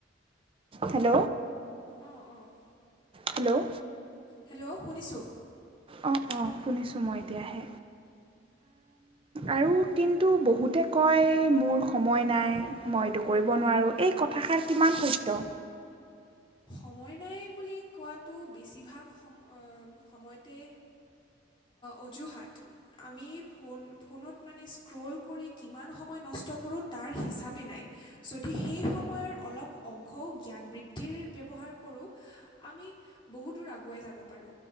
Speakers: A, on the right; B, on the left.
A: হেল্ল'।
B: অহ', অহ।
A: হেল্ল'
B: হেল্ল' শুনিছোঁ।
A: অঁ অঁ শুনিছোঁ মই এতিয়াহে, আৰু কিন্তু বহুতে কয় মোৰ সময় নাই মই এইটো কৰিব নোৱাৰোঁ এই কথাষাৰ কিমান সত্য।
B: সময় নাই বুলি কোৱাটো বেছিভাগ সম-সময়তে অজুহাত আমি ফোন ফোনত মানে স্ক্ৰল কৰি কিমান সময় নষ্ট কৰোঁ তাৰ হিচাপে নাই যদি সেই সময়ৰ অলপ অংশও জ্ঞান বৃদ্ধি বুদ্ধিৰ ব্যৱহাৰ কৰোঁ আমি বহু দূৰ আগুৱাই যাব পাৰোঁ